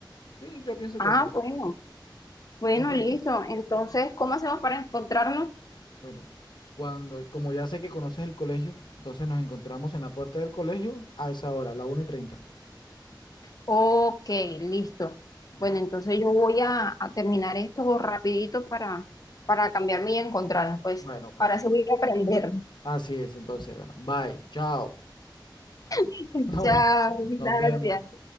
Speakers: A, on the left; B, on the left.
A: sí, yo pienso
B: Ah,
A: que sí.
B: bueno. Bueno,
A: Entonces,
B: listo. Entonces, ¿cómo hacemos para encontrarnos?
A: bueno, cuando, como ya sé que conoces el colegio, entonces nos encontramos en la puerta del colegio a esa hora, la una y treinta.
B: Ok, listo.
A: Bueno,
B: Bueno, entonces yo voy a, a terminar esto rapidito para, para cambiarme y encontrarnos. Pues
A: Bueno, pues
B: ahora sí voy a aprender.
A: así es. Entonces, bueno, bye, chao. <laughs>
B: <laughs>
A: No,
B: Chao,
A: nos
B: gracias.
A: vemos.